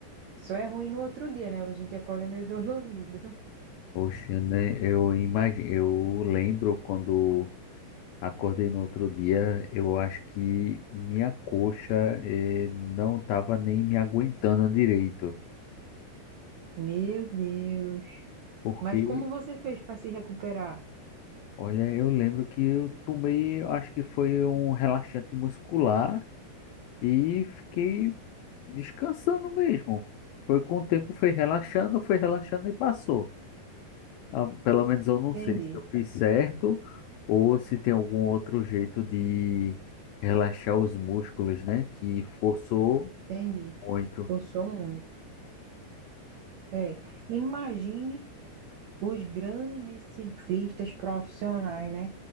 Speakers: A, on the right (about 85°); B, on the left (about 80°).
A: Só é ruim no outro dia, né? A gente acorda meio dolorido.
B: Poxa, né? Eu imagino, eu lembro quando Acordei no outro dia, eu acho que minha coxa eh, não estava nem me aguentando direito,
A: <laughs> Meu Deus.
B: porque,
A: Mas como você fez para se recuperar?
B: olha, eu lembro que eu tomei, acho que foi um relaxante muscular e fiquei descansando mesmo. Foi com o tempo, foi relaxando, foi relaxando e passou. Ah, Pelo menos eu não
A: Entendi,
B: sei se eu fiz certo ou se tem algum outro jeito de relaxar os músculos, né? Que forçou
A: entendi.
B: muito.
A: Forçou muito. É. Imagine. os grandes ciclistas profissionais, né?